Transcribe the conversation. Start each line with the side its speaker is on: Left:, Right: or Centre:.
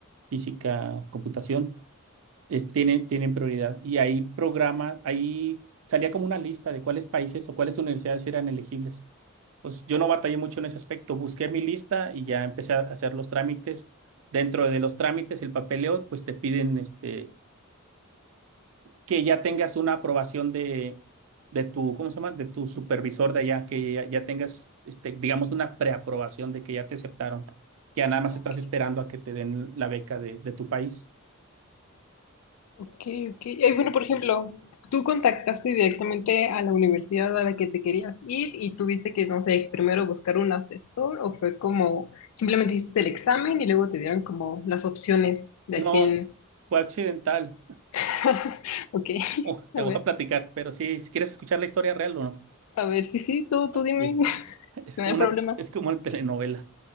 Right: física, computación es- tienen, tienen prioridad. Y ahí programa, ahí salía como una lista de cuáles países o cuáles universidades eran elegibles. Entonces, yo no batallé mucho en ese aspecto. Busqué mi lista y ya empecé a hacer los trámites. Dentro de los trámites, el papeleo, pues te piden este, que ya tengas una aprobación de, de tu, ¿cómo se llama? De tu supervisor de allá, que ya, ya tengas, este, digamos, una preaprobación de que ya te aceptaron, que ya nada más
Left: Ok,
Right: estás esperando a que te den la beca de, de tu país.
Left: Ok, ok. Ay, bueno, por ejemplo, tú contactaste directamente a la universidad a la que te querías ir y tuviste que, no sé, primero buscar un asesor o fue como simplemente hiciste el examen y luego te dieron como las opciones de
Right: No,
Left: a quién.
Right: fue accidental.
Left: <laughs> Ok,
Right: Oh, te
Left: a
Right: voy
Left: ver,
Right: a platicar, pero si si quieres escuchar la historia real o no,
Left: a ver, sí, sí, tú, tú dime,
Right: que
Left: <laughs>
Right: es
Left: si
Right: como
Left: no hay problema.
Right: una, es como una telenovela.